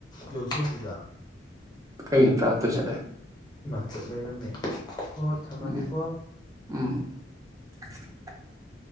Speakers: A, on the left; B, on the right.
A: ꯌꯧꯁꯧꯁꯤꯗ
B: ꯀꯩ ꯅ ꯇ꯭ꯔꯝ ꯇ ꯆꯂ
A: ꯏꯃꯥꯆꯠ ꯂꯩꯔꯝꯃꯦ ꯍꯣꯏ ꯊꯝꯃꯒꯦꯀꯣ
B: ꯎꯝ ꯎꯝ <inaudible>